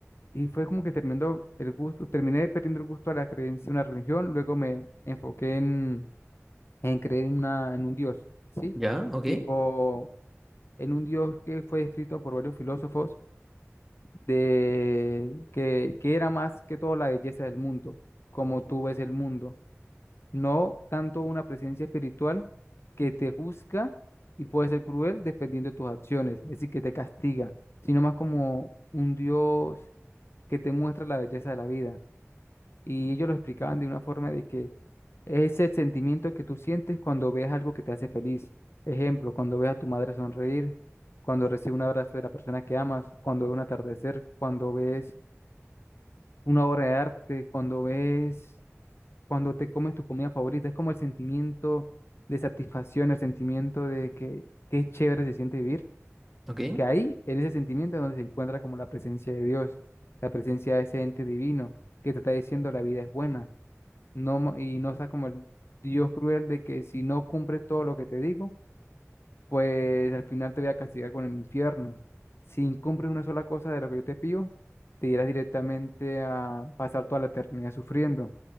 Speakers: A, on the left (about 55°); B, in the centre.
A: y fue como que terminó el gusto, terminé perdiendo el gusto a la creencia en una religión, luego me enfoqué en, en creer en, una, en un Dios, ¿sí?
B: Ya, ok,
A: Tipo, en un Dios que fue descrito por varios filósofos de que, que era más que todo la belleza del mundo, como tú ves el mundo no tanto una presencia espiritual que te juzga y puede ser cruel dependiendo de tus acciones, es decir, que te castiga, sino más como un Dios que te muestra la belleza de la vida. Y ellos lo explicaban de una forma de que es el sentimiento que tú sientes cuando ves algo que te hace feliz. Ejemplo, cuando ves a tu madre sonreír, cuando recibes un abrazo de la persona que amas, cuando ves un atardecer, cuando ves una obra de arte, cuando ves cuando te comes tu comida favorita. Es como el sentimiento de satisfacción, el sentimiento de que qué chévere se siente vivir,
B: ok.
A: que ahí, en ese sentimiento, es donde se encuentra como la presencia de Dios, la presencia de ese ente divino que te está diciendo la vida es buena, no, mo- y no está como el Dios cruel de que si no cumples todo lo que te digo, pues al final te voy a castigar con el infierno. Si incumples una sola cosa de lo que yo te pido, te irás directamente a pasar toda la eternidad sufriendo